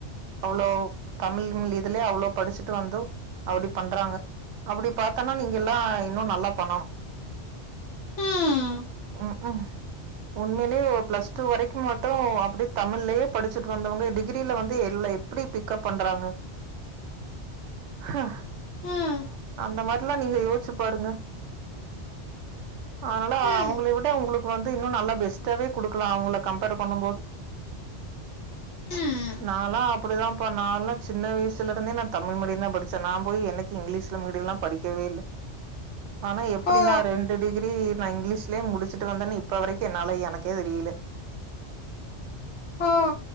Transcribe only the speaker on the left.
ம்
ம்
ம்
ம்
ஹோ
ஹோ